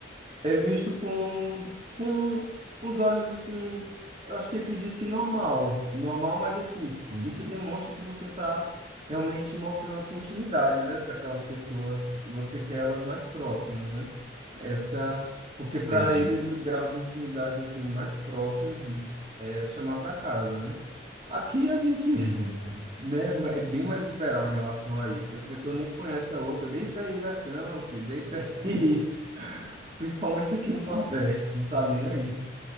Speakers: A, on the right; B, on the right.
A: é visto com, com uns olhos assim, eu acho que acredito que normal, normal, mas assim,
B: Hum,
A: isso demonstra que você está realmente mostrando a sua intimidade, né, para aquelas pessoas e você quer elas mais próximas, né? Essa, porque para
B: entendi.
A: eles o grau de intimidade assim mais próximo de é chamar para casa, né? Aqui a gente
B: Uhum, uhum.
A: né? É bem mais liberal em relação a isso. A pessoa nem conhece a outra. Deita aí na cama, filho, deita aí. <laughs> Principalmente aqui no Nordeste, não tá nem aí.